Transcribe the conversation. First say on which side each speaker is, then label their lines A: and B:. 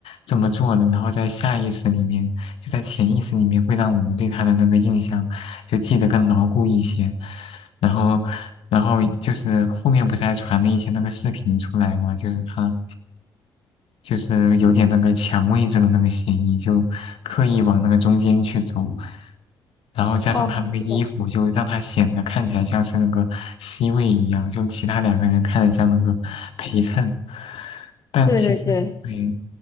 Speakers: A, on the left; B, on the left.
A: 这么做的，然后在下意识里面，就在潜意识里面，会让我们对他的那个印象就记得更牢固一些。然后，然后就是后面不是还传了一些那个视频出来嘛，就是他就是有点那个抢位置的那个嫌疑，就刻意往那个中间去走，然后加上他那个衣服，
B: 哦，是的
A: 就让他显得看起来像是那个 C 位一样，就其他两个人看着像那个陪衬，但其实对，
B: 对对对。